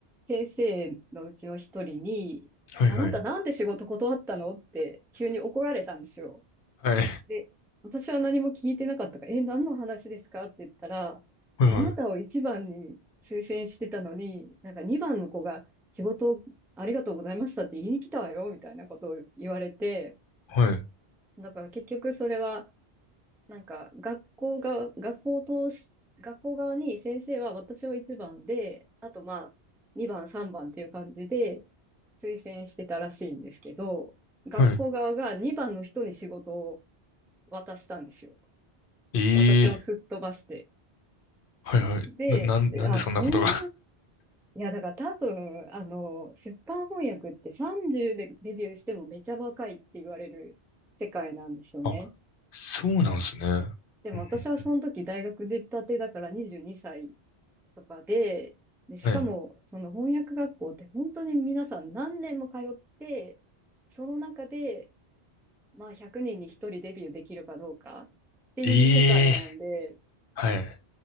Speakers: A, in the centre; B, on the left.
A: 先生のうちの一人に、
B: はいはい。
A: あなたなんで仕事断ったのって急に怒られたんですよ。
B: はい、
A: で、私は何も聞いてなかったから、え、何の話ですかって言ったら、
B: はいはい。
A: あなたを一番に推薦してたのに、なんか二番の子が仕事をありがとうございましたって言いに来たわよ、みたいなことを言われて、
B: はい。
A: だから結局それは、なんか、学校が、学校を通し、学校側に先生は私を1番で、あとまあ、2番、3番っていう感じで推薦してたらしいんですけど、学校側が2番の人に仕事を
B: はい。
A: 渡したんですよ。
B: ええ
A: 私をすっ飛ばして。
B: はいはい。
A: で、
B: な、なん、
A: であ、
B: なんでそんなことが
A: そんな、いや、だから多分、あの、出版翻訳って30でデビューしてもめちゃ若いって言われる世界なんですよね。
B: <laughs> あ、そうなんですね。うんうん
A: でも私はその時大学出たてだから22歳とかで、で、しかも、
B: はい。
A: その翻訳学校って本当に皆さん何年も通って、その中で、まあ100人に1人デビューできるかどうかっていう世界なんで、
B: ええはい。